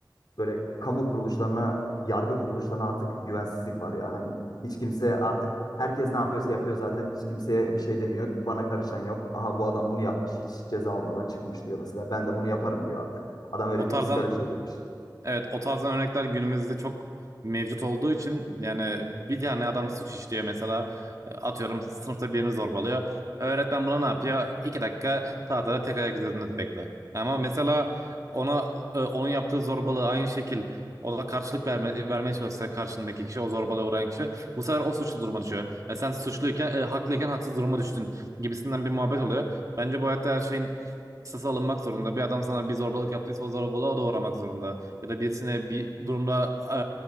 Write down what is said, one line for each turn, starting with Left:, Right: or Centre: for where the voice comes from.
Left: böyle kamu kuruluşlarına, yargı kuruluşlarına artık güvensizlik var ya. Hani hiç kimse artık herkes ne yapıyorsa yapıyor zaten. Hiç kimseye bir şey demiyor. Bana karışan yok. Aha bu adam bunu yapmış. Hiç ceza almadan çıkmış diyor mesela. Ben de bunu yaparım diyor artık. Adam öyle
Right: O
Left: bir
Right: tarzdan
Left: psikolojiye girmiş.
Right: Evet o tarzdan örnekler günümüzde çok mevcut olduğu için yani bir tane adam suç işliyor mesela E, atıyorum sınıfta birini zorbalıyor. Öğretmen buna ne yapıyor? İki dakika tahtada tek ayak üzerinde bekle. Ama mesela ona e, onun yaptığı zorbalığı aynı şekil o da karşılık verme, vermeye çalışsa karşındaki kişi o zorbalığa uğrayan kişi bu sefer o suçlu duruma düşüyor. E, sen suçluyken e, haklıyken haksız duruma düştün gibisinden bir muhabbet oluyor. Bence bu hayatta her şeyin kısası alınmak zorunda. Bir adam sana bir zorbalık yaptıysa o zorbalığa o da uğramak zorunda ya da birisine bir durumda e,